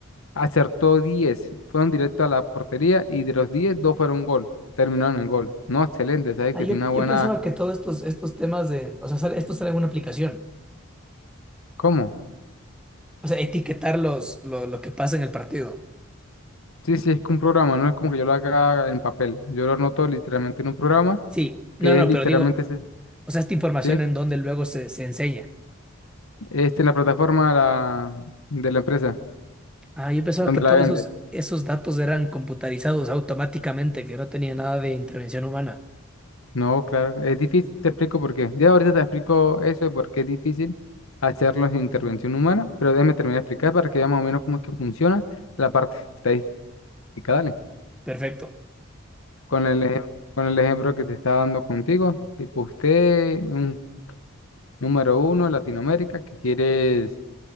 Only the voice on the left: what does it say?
acertó diez Fueron directo a la portería y de los 10 2 fueron gol. Terminaron en gol. No, excelente, ¿saben?
Que
tiene una
buena...
¿Cómo?
Sí, sí, es que un programa, no es como que yo lo haga en papel. Yo lo anoto literalmente en un programa
que
es literalmente,
ese-
¿sí?
Este en la plataforma de la, de la empresa,
donde
la vende.
No, claro, es difícil, te explico por qué. Ya ahorita te explico eso de por qué es difícil hacerlo sin intervención humana, pero déjame terminar de explicar para que veas más o menos cómo es que funciona la parte estadística. Dale,
con el ejem- con el ejemplo que te estaba dando contigo, tipo usted, un número uno, Latinoamérica, que quieres